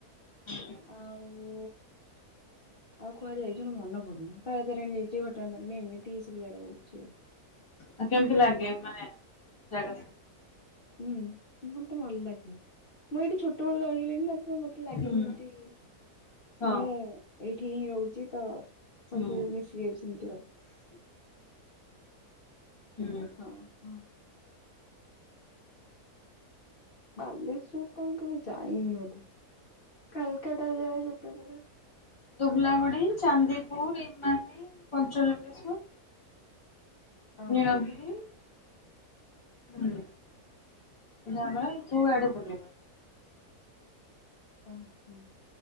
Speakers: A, on the left (about 20°); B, on the left (about 40°).
A: <unintelligible>
B: ଆଉ ଆଉ କୁଆଡେ ଯାଇଚି ମୋର ମନେ ପଡୁନି ତାରା ତାରେଣୀ ଯାଇଚି ଘଟଗାଁ ତାରେଣୀ ଏମିତି ଏ ସବୁ ଜାଗା ଯାଇଚି ଆଉ।
A: ଆ କେମତି ଲାଗେ ମାନେ ଜାଗା ସବୁ।
B: ହୁଁ ମତେ ଭଲ ଲାଗେ ମୁଁ ଏଇଠି ଛୋଟବେଳୁ ରହଗିଲିଣି ନା। ତ ମତେ ଲାଗେ
A: ହୁଁ।
B: ଯେମତି
A: ହଁ
B: ମୁଁ ଏଇଠି ହିଁ ରହୁଚି ତ ସବୁ
A: ହୁଁ
B: ମିଶି ଯାଇଛି ସେମିତି ଆଉ।
A: ହୁଁ
B: ଅ ହ ହ ବାଲେଶ୍ଵର ତ ମୁଁ କେବେ ଯାଇନି ବଧେ କାଲକାଟା ଯାଏ ଯେତେବେଳେ
A: ଧୁବଲାଗୁଡି ଚାନ୍ଦିପୁର ଇମାନି ପଞ୍ଚଲଙ୍ଗେଶ୍ୱର
B: ଓହୋ
A: ନୀଳଗିରି ହୁଁ ଯିବାବେଳେ ସୁଆଡେ ବୁଲିବେ।
B: ହା ଉଁ ହୁଁ